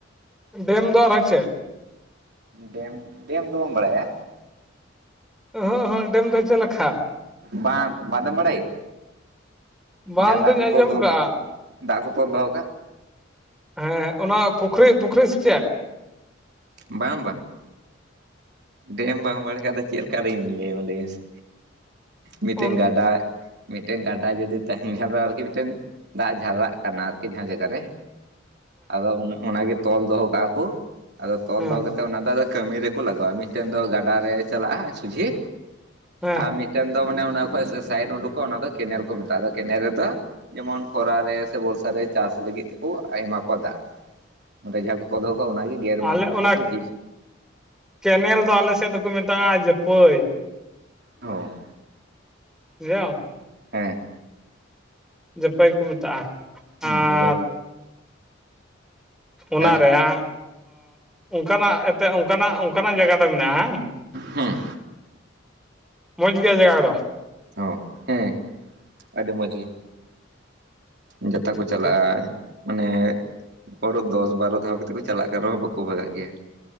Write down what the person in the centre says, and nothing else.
ᱰᱮᱢ ᱫᱚ ᱟᱨᱦᱚᱸ ᱪᱮᱫ
ᱚᱦᱚᱸ ᱚᱦᱚᱸ ᱰᱮᱢ ᱫᱚ ᱪᱮᱫ ᱞᱮᱠᱟ
ᱵᱟᱝ
ᱫᱩᱧ
ᱟᱸᱡᱚᱢ
ᱠᱟᱜᱼᱟ
ᱦᱮᱸ ᱚᱱᱟ ᱯᱩᱠᱷᱨᱤ ᱯᱩᱠᱷᱨᱤ ᱥᱮ ᱪᱮᱫ
ᱦᱮᱸ
ᱦᱮᱸ
ᱦᱮᱸ
ᱟᱞᱮ ᱚᱱᱟ
ᱠᱮᱱᱮᱞ ᱫᱚ ᱟᱞᱮ ᱥᱮᱫ ᱫᱚᱠᱚ ᱢᱮᱛᱟᱜᱼᱟ ᱡᱟᱹᱯᱟᱹᱭ
ᱡᱟᱣ <unintelligible>
ᱡᱟᱹᱯᱟᱹᱭ ᱠᱚ ᱢᱮᱛᱟᱜᱼᱟ
ᱟᱨ
ᱚᱱᱟᱨᱮ
ᱵᱟᱝ ᱚᱱᱠᱟᱱᱟᱜ ᱮᱱᱛᱮ ᱚᱱᱠᱟᱱᱟᱜ ᱚᱱᱠᱟᱱᱟᱜ ᱡᱟᱭᱜᱟ ᱫᱚ ᱢᱮᱱᱟᱜᱼᱟ
ᱢᱚᱡᱽ ᱜᱮᱭᱟ ᱡᱟᱭᱜᱟ ᱫᱚ
ᱴᱷᱤᱠ
ᱴᱷᱤᱠ
ᱴᱷᱤᱠ